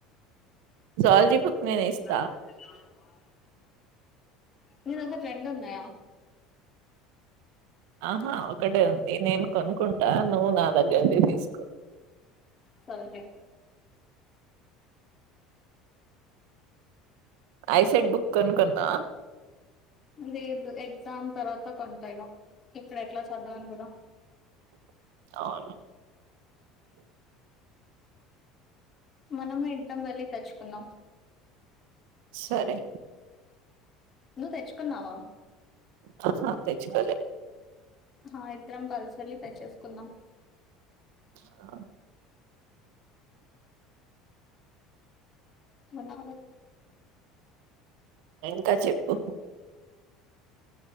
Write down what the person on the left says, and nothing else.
హా నీ దగ్గర రెండు ఉన్నాయా
సరే
లేదు ఎగ్జామ్ తర్వాత కొంటా యిగా ఇప్పుడ ఎట్లా చదవమీ కూద
మనము ఇద్దరం వెళ్లి తేచ్చుకొందాం
నువ్వు తెచ్చుకున్నావా
ఆహా ఇద్దరం కలిసెల్లి తెచ్చేసుకుందాం
కొనాలి